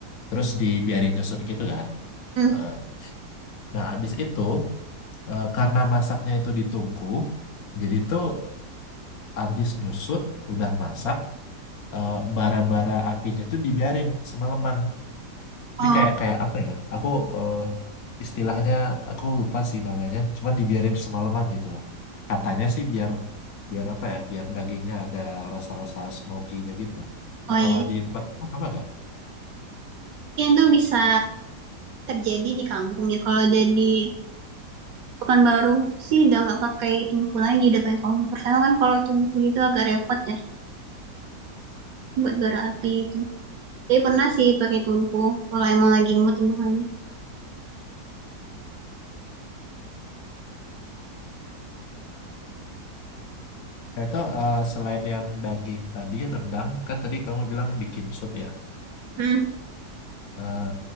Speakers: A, on the left; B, on the right.
A: terus dibiarin nyusut gitu kan
B: hmm.
A: Eh, nah abis itu eh, karena masaknya itu ditungku jadi tuh abis nyusut udah masak eh, bara-bara apinya tuh dibiarin semalaman jadi
B: Oh
A: kayak kayak apa ya? Aku eh, istilahnya aku lupa sih namanya. Cuman dibiarin semalaman gitu loh. Katanya sih biar biar apa ya? Biar dagingnya ada rasa-rasa smoky-nya gitu. Nah
B: oh iya.
A: kalau di tempat kamu sama gak?
B: Mungkin itu bisa terjadi di kampung ya. Kalau udah di di Pekanbaru sih udah nggak pakai tungku lagi, udah pakai kompor. Karena kan kalau tungku itu agak repot ya buat bara api itu. Jadi pernah sih pakai tungku kalau emang lagi mood ini lagi.
A: Nah itu eh, selain yang daging tadi rendang, kan tadi kamu bilang bikin sup ya.
B: Hmm.
A: Eh,